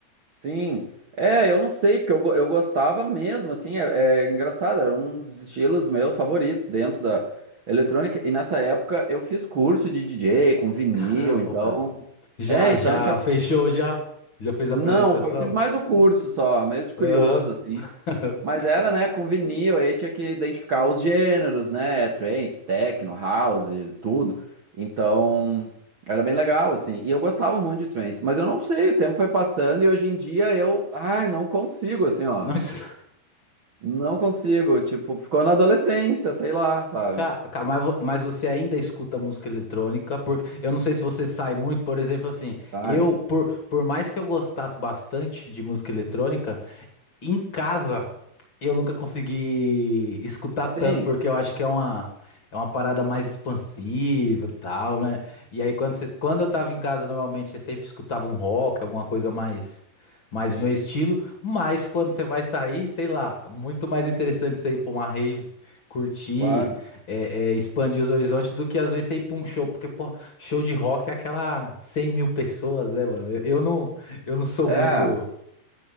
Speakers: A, on the right; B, on the left.
A: Sim. É, eu não sei, porque eu, go- eu gostava mesmo, assim, é, é engraçado, era um dos estilos meus favoritos dentro da eletrônica, e nessa época eu fiz curso de DJ com vinil,
B: Caramba,
A: então...
B: Pedro. Já,
A: É, então...
B: já
A: eu tinha-
B: fechou, já? Já fez a
A: Não,
B: apresentação?
A: foi- eu fiz mais o curso só, mesmo de curioso,
B: Aham. <laughs>
A: Mas era, né, com vinil, aí tinha que identificar os gêneros, né, trance, techno, house, tudo. Então, era bem legal, assim. E eu gostava muito de trance, mas eu não sei, o tempo foi passando e hoje em dia eu, ai, não consigo, assim, ó.
B: Não, es-
A: Não consigo, tipo, ficou na adolescência, sei lá, sabe?
B: Ca- ca- mas vo- mas você ainda escuta música eletrônica, porque eu não sei se você sai muito, por exemplo, assim,
A: Ai,
B: eu, por, por mais que eu gostasse bastante de música eletrônica, em casa eu nunca consegui escutar tanto,
A: sim,
B: porque eu acho que é uma, é uma parada mais expansiva e tal, né? E aí quando você, quando eu tava em casa, normalmente eu sempre escutava um rock, alguma coisa mais. mais
A: sim,
B: o meu estilo. Mas quando você vai sair, sei lá, muito mais interessante você ir pra uma rave, curtir,
A: claro.
B: é, é, expandir os horizontes do que às vezes você ir pra um show, porque, pô, show de rock é aquela 100 mil pessoas, né, mano? Eu, eu não, eu não sou
A: É,
B: muito.